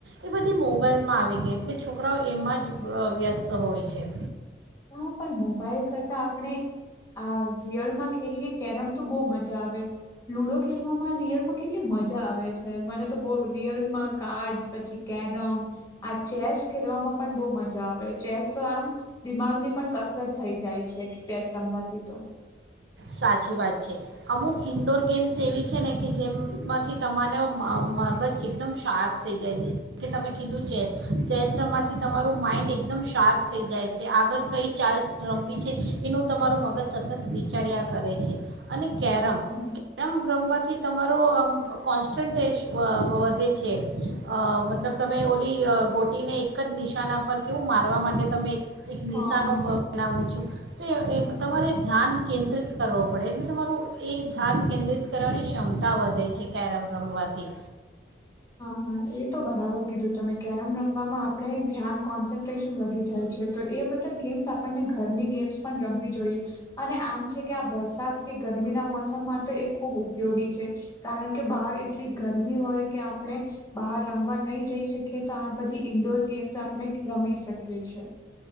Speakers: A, on the right (about 75°); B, on the left (about 20°).
A: એ બધી મોબાાઈલમાં આવી ગઈ એટલે છોકરાઓ એમાં જ વ્યસ્ત હોય છે.
B: હા પણ મોબાઈલ કરતા આપણે આ રિયલમાં ખેલીએ કેરમ તો બહુ મજા આવે લુડો ખેલવામાં રિયલમાં કેટલી મજા આવે છે મને તો બહ રિયલમાં કાર્ડ્સ પછી કેરમ આ ચેસ ખેલવામાં પણ બહુ મજા આવે ચેસ તો આમ દિમાગની પણ કસરત થઈ જાય છે ચેસ રમવાથી તો.
A: સાચી વાત છે અમુક ઇન્ડોર ગેમ્સ એવી છે ને કે જેમમાંથી તમારા મગજ એકદમ શાર્પ થઈ જાય છે જે કે તમે કીધું ચેસ ચેસ રમવાથી તમારું માઇન્ડ એકદમ શાર્પ થઈ જાય છે આગળ કઈ ચાર્જ રમવી છે એનું તમારું મગજ સ તત વિચાર્યા કરે છે અને કેરમ
B: હમ.
A: કેરમ રમવાથી તમારો આમ કોન્સ્ટન્ટેશ વધે છે મતલબ તમે ઓલી ગોટીને એક જ નિશાના પર કેવું મારવા માટે તમે એક
B: હા.
A: નિશા નો બ બનાવું છો. એ તમારે ધ્યાન કેન્દ્રિત કરવો પડે એટલે તમારું એ ધ્યાન કેન્દ્રિત કરવાની ક્ષમતા વધે છે કેરમ રમવાથી.
B: હા એ તો બરાબર કીધું તમે કેરમ રમવામાં આપણે ધ્યાન કોન્સન્ટ્રેશન વધી જાય છે તો એ બધા ગેમ્સ આપણને ઘરની ગેમ્સ પણ રમવી જોઈએ અને આમ છે કે આ વરસાદ કે ગરમીના મોસમમાં તો એ ખૂબ ઉપયોગી છે કારણ કે બહાર એટલી ગરમી હોય કે આપણે બહાર રમવા નહી જઈ શકીએ તો આ બધી ઈન્ડોર ગેમ્સ આપણે રમી શકીએ છે.